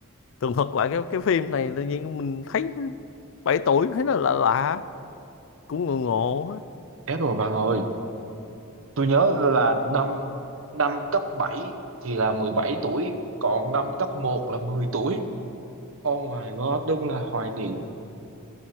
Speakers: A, on the left (about 60°); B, on the right (about 65°).
A: tường thuật lại cái cái phim này tự nhiên mình thấy 7 tuổi thấy nó lạ lạ cũng ngộ ngộ
B: chết rồi bạn ơi tôi nhớ là năm năm cấp 7 thì là 17 tuổi còn năm cấp một là 10 tuổi oh my god đúng là hoài niệm